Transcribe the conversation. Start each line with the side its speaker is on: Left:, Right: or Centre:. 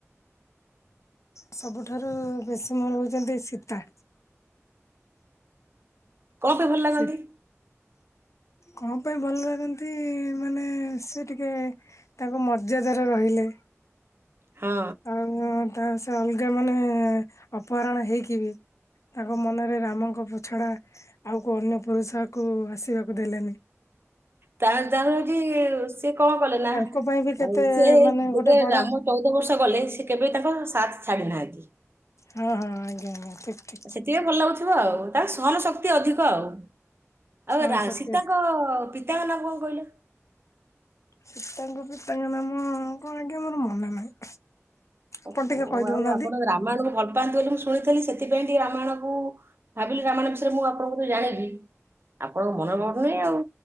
Left: ସବୁଠାରୁ ବେଶୀ ମୋର ହଉଛନ୍ତି ସୀତା।
Right: କଣ ପାଇଁ ଭଲ ଲାଗନ୍ତି?
Left: ସେ କଣ ପାଇଁ ଭଲ ଲାଗନ୍ତି ମାନେ ସେ ଟିକେ ତାଙ୍କ ମର୍ଯ୍ୟାଦାରେ ରହିଲେ।
Right: ହଁ।
Left: କାରଣ ତା ସେ ଅଲଗା ମାନେ ଅପହରଣ ହେଇକି ବି ତାଙ୍କ ମନରେ ରାମଙ୍କ ପ-ଛଡ଼ା ଆଉ କୋଉ ଅନ୍ୟ ପୁରୁଷକୁ ଆସିବାକୁ ଦେଲେନି।
Right: କାରଣଟା ହୋଉଚି ସିଏ କଣ କଲେ ନା
Left: ତାଙ୍କ ପାଇଁ ବି କେତେ
Right: ଆ ସିଏ
Left: ମାନେ
Right: ଯେବେ
Left: ଗୋଟେ ବଡ
Right: ରାମ ଚୋଉଦ ବର୍ଷ ଗଲେ ସିଏ କେବେ ତାଙ୍କ ସାଥ ଛାଡିନାହାନ୍ତି।
Left: ହଁ ହଁ ଆଜ୍ଞା ଆଜ୍ଞା ଠିକ ଠି
Right: ଆ ସେଥିପାଇଁ ଭଲ ଲାଗୁଥୁବ ଆଉ କାରଣ ସହନ ଶକ୍ତି ଅଧିକ ଆଉ।
Left: ସ୍ୱୟଂ
Right: ଆଉ ଏ ରା-ସୀତାଙ୍କ
Left: ଶକ୍ତି ଅଧିକା
Right: ପିତାଙ୍କ ନାମ କଣ କହିଲେ?
Left: ସୀତାଙ୍କ ପିତାଙ୍କ ନାମ କଣ ଆଜ୍ଞା ମୋର ମନେ ନାହିଁ।
Right: ଓହୋ
Left: ଆପଣ ଟିକେ କହି
Right: ଆଉ
Left: ଦୋଉନାହାନ୍ତି।
Right: ଆପଣ ରାମାୟଣକୁ ଭଲ ପାଆନ୍ତି ବୋଲି ମୁଁ ଶୁଣିଥିଲି ସେଥିପାଇଁ ଟିକେ ରାମାୟଣକୁ ଭାବିଲି ରାମାୟଣ ବିଷୟରେ ମୁଁ ଆପଣଙ୍କଠୁ ଜାଣିବି ଆପଣଙ୍କ ମନର ପଡୁ ନେଇଁ ଆଉ।